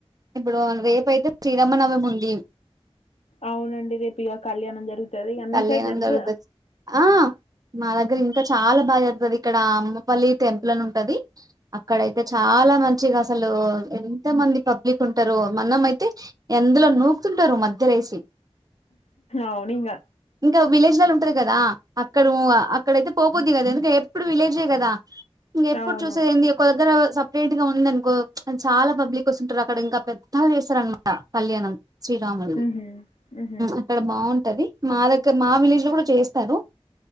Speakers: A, on the right; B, on the left.
A: ఇప్పుడు రేపు అయితే శ్రీరామనవమి ఉంది
B: అవునండి రేపు కళ్యాణం జరుగుతుంది అద అమ్మీ
A: కళ్యాణం
B: సైడ్ జర్జ
A: జరుగుతది ఆ మా దగ్గర ఇంకా చాలా బాగా చేతుది ఇక్కడ ఉమ్మపల్లి టెంపుల్ అని ఉంటది అక్కడయితే చాలా మంచిగా అసలు ఎంత మంది పబ్లిక్ ఉంటారు మనం అయితే ఎందులో నూకుతుంటారు మధ్య వేసి
B: అవునింగా
A: ఇంకా విలేజ్ లో ఉంటది కదా అక్కడ అక్కడయితే పోకద్ది కదా ఎందుకే ఎప్పుడు విలేజే కదా ఇంక ఎప్పుడు
B: అవును
A: చూసేది ఏంది కొద్దర సపరేట్ గా ఉంది అనుకో చాలా పబ్లిక్ వస్తుంటారు అక్కడ ఇంకా పెద్దగా చేస్తార అనమాట కళ్యాణం శ్రీరాముల్నీ
B: హుహు. హుహు.
A: అక్కడ బాగుంటది మా దగ్గర మా విలేజ్ లో కూడా చేస్తారు